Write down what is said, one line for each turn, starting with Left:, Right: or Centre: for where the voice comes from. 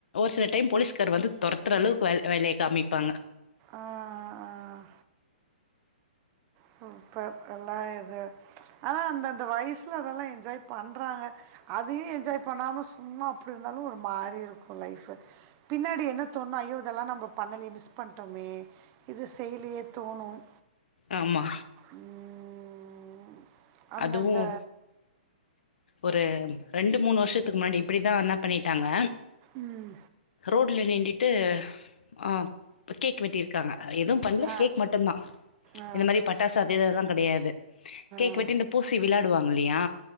Left: சில ஒரு டைம் போலீஸ்கார் வந்து துரத்துற அளவுக்கு வேலைய காமிப்பாங்க
Right: ஆஹ் ஆஹ் சூப்பர் எல்லா இது ஆனா அந்த அந்த வயசுல அதெல்லாம் என்ஜாய் பண்றாங்க அதையும் என்ஜாய் பண்ணாம சும்மா அப்படி இருந்தாலும் ஒரு மாரி இருக்கும் லைஃப் பின்னாடி என்ன தோணும் ஐயோ இதெல்லாம் நம்ம பண்ணலயே மிஸ் பண்ணிடோமே இது செய்லயே தோணும்
Left: ஆமா
Right: உம், அந்தந்த
Left: அதுவும் ஒரு ரெண்டு மூணு வரு ஷத்துக்கு முன்னாடி இப்படிதான் பண்ணிட்டாங்க
Right: உம்
Left: ரோட்ல நிண்டுட்டு ஹ கேக் வெட்டியிருக்காங்க எதுவும் பண்ணல
Right: ஆ
Left: கேக் மட்டும்தான்
Right: ஆ
Left: இந்த மாதிரி பட்டாசு அது இதெல்லாம் கெடையாது கேக்
Right: ஆ
Left: வெட்டி பூசி விளாடுவாங்க இல்லையா